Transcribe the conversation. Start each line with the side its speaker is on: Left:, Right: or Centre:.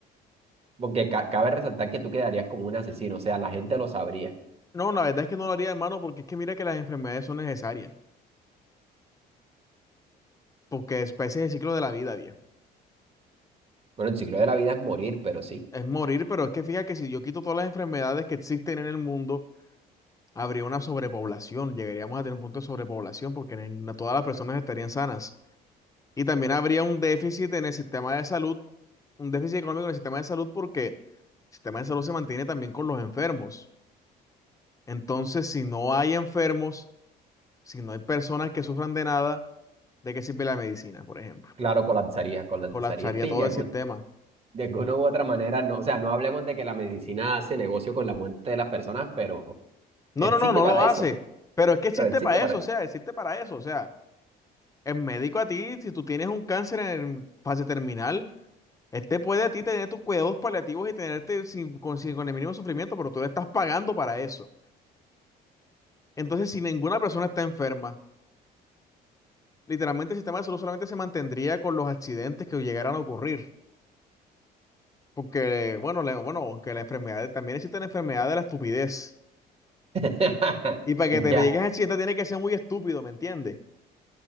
Right: Porque ca- cabe resaltar que tú quedarías como un asesino, o sea, la gente lo sabría.
Left: No, la verdad es que no lo haría, hermano, porque es que mira que las enfermedades son necesarias. Porque es, ese es el ciclo de la vida, viejo.
Right: Bueno, el ciclo de la vida es morir, pero sí,
Left: Es morir, pero es que fíjate que si yo quito todas las enfermedades que existen en el mundo, habría una sobrepoblación, llegaríamos a tener un punto de sobrepoblación porque en- no todas las personas estarían sanas. Y también habría un déficit en el sistema de salud, un déficit económico en el sistema de salud porque el sistema de salud se mantiene también con los enfermos. Entonces, si no hay enfermos, si no hay personas que sufran de nada, ¿de qué sirve la medicina, por ejemplo?
Right: claro, colapsaría, colapsaría.
Left: Colapsaría
Right: <laughs> Sí,
Left: todo
Right: de algún-
Left: el sistema.
Right: de alguna u otra manera, no, o sea, no hablemos de que la medicina hace negocio con la muerte de las personas, pero
Left: No,
Right: existe
Left: no, no, no
Right: para
Left: lo hace,
Right: eso,
Left: pero es que existe
Right: pero existe
Left: para
Right: para
Left: eso,
Right: eso.
Left: o sea, existe para eso, o sea. El médico a ti, si tú tienes un cáncer en fase terminal, este puede a ti tener tus cuidados paliativos y tenerte sin, con, sin- con el mínimo sufrimiento, pero tú le estás pagando para eso. Entonces, si ninguna persona está enferma, literalmente el sistema de salud solamente se mantendría con los accidentes que llegaran a ocurrir. Porque, bueno, le- bueno, aunque la enfermedad, también existe la enfermedad de la estupidez.
Right: <laughs>
Left: Y para que
Right: Y
Left: te
Right: ya,
Left: llegues a accidente tiene que ser muy estúpido, ¿me entiendes?